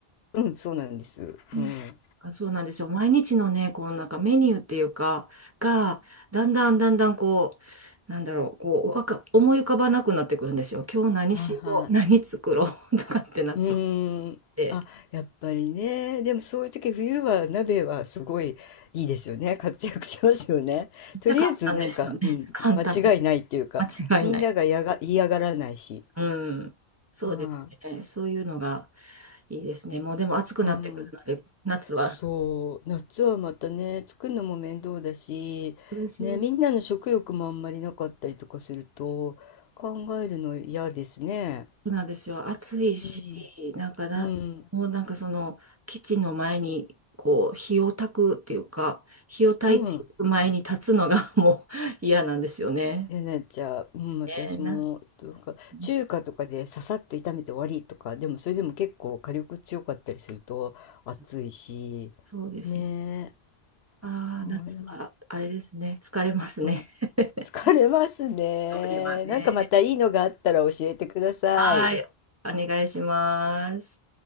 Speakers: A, on the left; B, on the right.
A: うん、そうなんです。
B: うん
A: うん。はい
B: あそうなんですよ。毎日のね、こうなんかメニューっていうか、が、だんだんだんだんこう、なんだろう、こう、わか、思い浮かばなくなってくるんですよ。今日何しよう、
A: はい。
B: 何作ろう <laughs> とかってなっ
A: うーん。
B: て、
A: あ、やっぱりね。でもそういう時、冬は鍋はすごいいいですよね。活躍しますよね。
B: めっちゃ簡単ですよね。
A: とりあえずなんか、
B: <laughs>
A: うん、
B: 簡単です。
A: 間違いないっていうか、
B: 間違いない。
A: みんながやが、嫌がらないし。
B: うん。そうですね。
A: は
B: そういうのがいいですね。もうでも暑くなってくるので、
A: い、うん。
B: 夏は。
A: そう。夏はまたね、作るのも面倒だし、
B: そうですよ。
A: ね、みんなの食欲もあんまりなかったりとかすると、
B: そ
A: 考えるの嫌ですね。
B: うなんですよ。暑いし、
A: うん。
B: なんかな、
A: うん。
B: もうなんかその、基地の前に、こう、火を焚くっていうか、火を焚いていく前に立つのが
A: うん。
B: <laughs> もう嫌なんですよね。
A: えなっちゃう、うん、私も、
B: ねえな、
A: とか、
B: な
A: 中華とかでささっと炒めて終わりとか、でもそれでも結構火力強かったりすると暑いし、
B: そうですね。
A: ねえ、
B: ああ、
A: はい、
B: 夏はあれですね。
A: なん
B: 疲れますね。
A: うん、
B: <laughs>
A: 疲れますね。
B: 料理はね。
A: なんかまたいいのがあったら教えてください。
B: はい。お願いします。